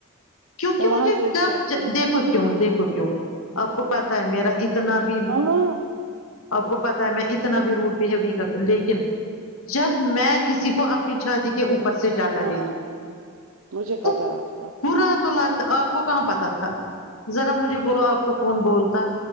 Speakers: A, on the left (about 85°); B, on the right (about 80°).
A: کیونکی
B: وہ وہاں
A: مجھے
B: سے بھی
A: جب
B: چڑھتی ہے
A: دیکھو کیوں دیکھو کیوں آپ کو پتا ہے میرا اتنا بھی
B: ہاں
A: آپ کو پتہ ہے میں اتنا بھی روڈ بہیو نہیں کرتی لیکن جب میں کسی کو پی چھاتی کے اوپر سے جگہ
B: ہاں
A: دے دی
B: مجھے پتا
A: تو
B: ہے آپ کا
A: پورا تو لگتا آپ کو کہاں پتہ تھا ذرا مجھے بولو آپ کو کون بولتا